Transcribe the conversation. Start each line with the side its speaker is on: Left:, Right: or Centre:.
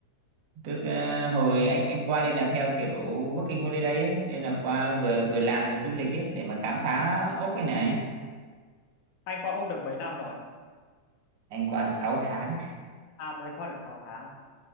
Right: tức ờ, hồi anh anh qua đây là theo kiểu working holiday ấy nên là qua vừa vừa làm vừa du lịch ấy để mà khám phá ốc cái này
Left: anh qua Úc được mấy năm rồi?
Right: anh qua được sáu tháng
Left: À mới qua được 6 tháng.